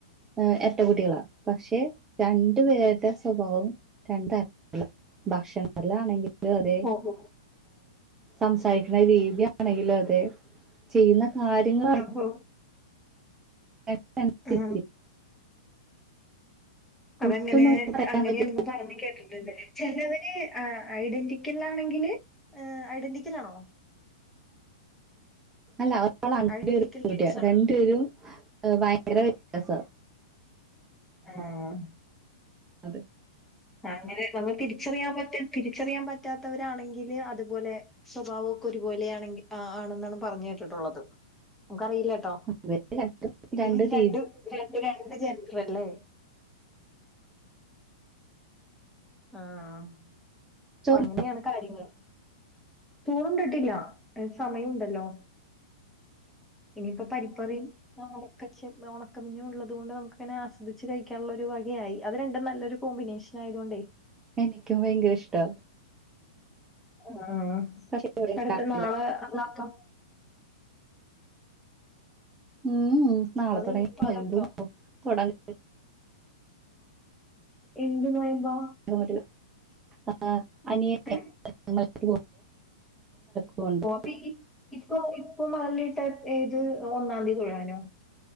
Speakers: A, on the right; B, in the centre.
A: ഏ എരട്ടകുട്ടികളാ പക്ഷെ രണ്ടു പേരുടെ സ്വഭാവം രണ്ടറ്റ ഭക്ഷണത്തി ല്ലാണെങ്കിലും അതെ
B: ഓഹോ
A: സംസാരിക്കണ രീതിയാണെങ്കിലും അതെ ചെയ്യുന്ന കാര്യങ്ങൾ
B: അപ്പൊ
A: <unintelligible>
B: ആ അതെങ്ങനെ
A: ഒട്ടും നമുക്ക് പറയാൻ
B: അങ്ങനെയന്ന്
A: പറ്റ
B: പറഞ്ഞു കേട്ടിട്ടുണ്ട് ചിലവര് ഐഡന്റിക്കൽ ആണെങ്കില് ഐഡന്റിക്കൽ ആണോ
A: അല്ല ഒരാള് ആൺകുട്ടിയും
B: ഐഡന്റിക്കൽ
A: ഒര്
B: ടെൻസ്
A: പെൺകുട്ടി യുവാ
B: ആണ്
A: രണ്ടു പേരും ഭയങ്കര വ്യത്യാസ
B: ആഹ്
A: അതെ
B: അങ്ങനെ നമ്മൾ തിരിച്ചറിയാൻ പറ്റാ തിരിച്ചറിയാൻ പറ്റാത്തവരാണെങ്കില് അതുപോലെ സ്വഭാവം ഒക്കെ ഒരുപോലൊണെങ്കിൽ ആണെന്നാണ് പറഞ്ഞ കേട്ടിട്ടുള്ളത് നമുക്കറിയില്ല കേട്ടോ
A: ഇവര് രണ്ടും
B: ഇതിന്
A: രീതി
B: രണ്ട് രണ്ട് ജൻ്ററല്ലേ ആഹ് അപ്പൊ
A: ചോറ്
B: അങ്ങനെയാണ് കാര്യങ്ങൾ ചോറുണ്ടിട്ടില്ല സമയണ്ടല്ലോ ഇനിയിപ്പ പരിപ്പറി ണക്ക ചെ ഒണക്കമിന് ഉള്ളത് കൊണ്ട് നമുക്കങ്ങനെ ആസ്വദിച്ച് കഴിക്കാനുള്ള ഒരു വകയായി അത് രണ്ടും നല്ലൊരു കോമ്പിനേഷൻ ആയതോണ്ടേ
A: എനിക്കും ഭയങ്കര ഇഷ്ടാ
B: ആഹ്
A: പക്ഷെ ഇവിടെ ഉണ്ടാക്കില്ല
B: അടുത്ത നാളെ <unintelligible>
A: ഉം നാളെ തുടങ്ങി
B: ഇനിയിപ്പ
A: <unintelligible>
B: അതാക്കാം. എന്ത് നോയ്മ്പാ
A: <unintelligible> അനിയൻമല
B: ഏ
A: ക്ക് പോവ്ണ്ട്
B: ഇപ്പ ഇപ്പൊ ഇപ്പൊ മല്ലിട്ട ഏത് ഒന്നാം തീയതി തൊഴാനോ